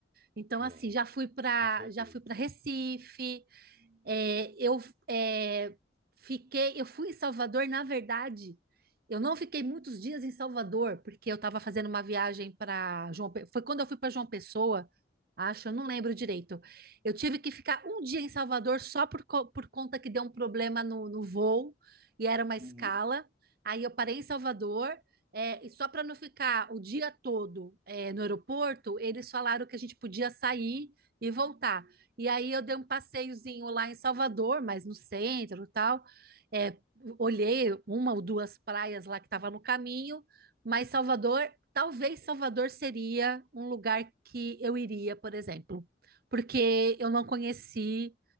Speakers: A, on the right (about 55°); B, on the right (about 35°).
A: Então,
B: É,
A: assim, já fui para
B: com certeza.
A: já fui para Recife, é, eu é, fiquei, eu fui em Salvador, na verdade, eu não fiquei muitos dias em Salvador, porque eu estava fazendo uma viagem para João, Pe- foi quando eu fui para João Pessoa, acho, eu não lembro direito. Eu tive que ficar um dia em Salvador só por, co- por conta que deu um problema no, no voo e era uma escala.
B: Uhum.
A: Aí eu parei em Salvador. é, e só para não ficar o dia todo, é, no aeroporto, eles falaram que a gente podia sair e voltar. E aí eu dei um passeiozinho lá em Salvador, mas no centro e tal. É, olhei uma ou duas praias lá que estava no caminho, mas Salvador, talvez Salvador seria um lugar que eu iria, por exemplo, porque eu não conheci